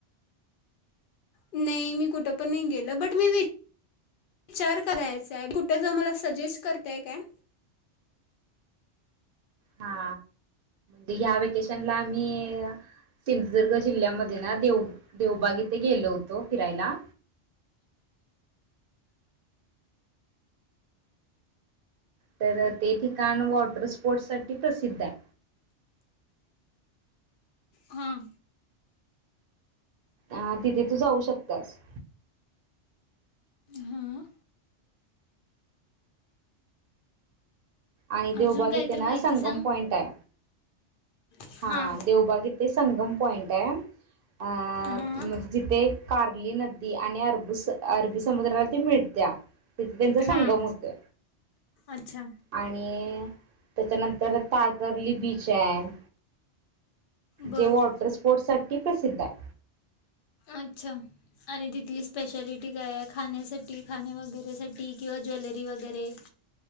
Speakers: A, on the left; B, on the right.
A: नाही मी कुठ पण नाही गेलं, बट मी विचार करायचाय कुठ जाऊ मला सजेस्ट करताय काय?
B: हा ह्या व्हेकेशनला आम्ही सिंदुर्ग ग जिल्ह्यामध्ये ना देवू देवबाग इथे गेलो होतो फिरायला. तर ते ठिकाण वॉटर स्पोर्ट् साठी प्रसिद्ध हाय.
A: हां
B: आ तिथे तू जाऊ शकतास.
A: हां
B: आणि देवबाग
A: अजून काहीतरी
B: येथे ना
A: माहिती
B: संगम
A: सांग
B: पॉइंट आहे.
A: हां
B: हा देवबाग येथे संगम पॉइंट आहे अ
A: हां
B: म्हणजे जिथे कार्ली नदी आणि अरब अरबी समुद्राला त मिळत्या तिथे त्यांचा संगम
A: हां
B: होतोय.
A: अच्छा
B: आणि त्याच्यानंतर तारकर्ली बीच आहे.
A: बर
B: जे वॉटर स्पोर्ट्स साठी प्रसिद्ध आहे.
A: अच्छा आणि तिथली स्पेशालिटी काय आह. खाण्यासाठी खाण्या वगैरेसाठी किंवा ज्वेलरी वगैरे